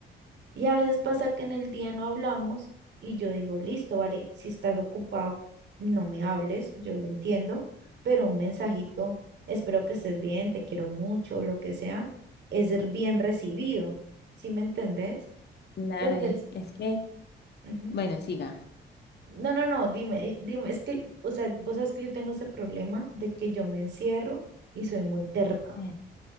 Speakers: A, on the right; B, on the left.
A: Y a veces pasa que en el día no hablamos y yo digo, listo, vale, si estás ocupado, no me hables, yo lo entiendo, pero un mensajito, espero que estés bien, te quiero mucho, lo que sea, es ser bien recibido, ¿sí me entendés?
B: claro,
A: Pero entonces,
B: en- es que,
A: ujú.
B: bueno, siga.
A: No, no, no, dime, dime, es que, o sea, vos sabes que yo tengo ese problema de que yo me encierro y soy muy terca.
B: Eh,